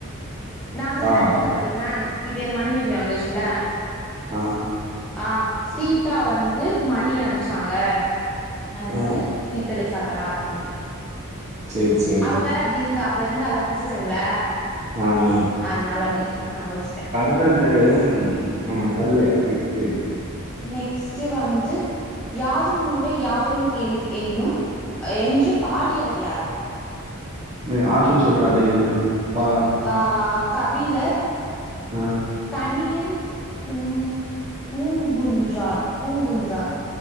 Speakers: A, in the centre; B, on the right.
A: நாங்க நா
B: ஆ
A: எப்டி தெரிம்மா படிப்பே இது என மணிமேகல வந்துச்சுல
B: ஆ
A: ஆ சீதா வந்து மணி அடிச்சாங்க அத்னால
B: ஆ
A: சீத்தலை சாத்தனார் அப்டி
B: சேரி சேரி
A: அவ வேற அப்டி இருந்தா அப்ப இருந்தால பஸ்ட்டு செம்ல
B: ஆ ஆ
A: அத்னால அப்டி ஞாபோ வச்டே
B: அது என்ன தெர்லையே நெக்ஸ்ட்டு
A: நெக்ஸ்ட்டு வந்து யாதும் ஊரே யாவரும் கேளிர் என்னும் என்று பாடியவர் யார்
B: மெ ஆப்ஷன் சொல்றா டேய் எதுனா பா
A: ஆ கபிலர்
B: ம்
A: கனியன் பூங் பூங்குன்றார் பூங்குன்றார்